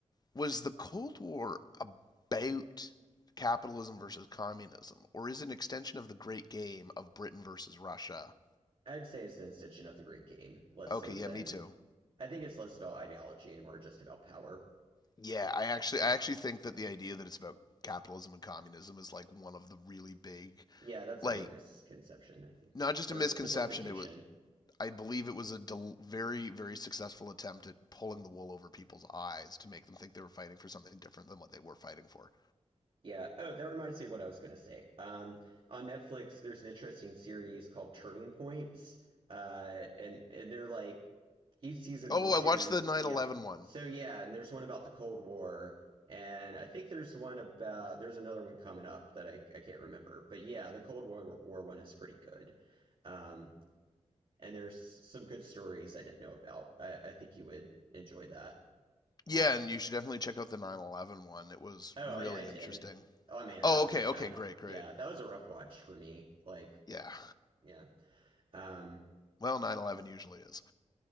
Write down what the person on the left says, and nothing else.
was the Cold War about capitalism versus communism, or is it an extension of the Great Game of Britain versus Russia?
Okay,
yeah,
me too.
Yeah, I actually I actually think that the idea that it's about capitalism and communism is like one of the really big
like
not just
a misconception
it was I believe it was a del- very very successful attempt at pulling the wool over people's eyes to make them think they were fighting for something different than what they were fighting for.
Oh,
I watched the nine
eleven one.
Yeah, and you should definitely check out the nine eleven one. It was
really
interesting.
Oh,
okay,
okay, great, great.
Yeah.
Well, nine eleven usually is.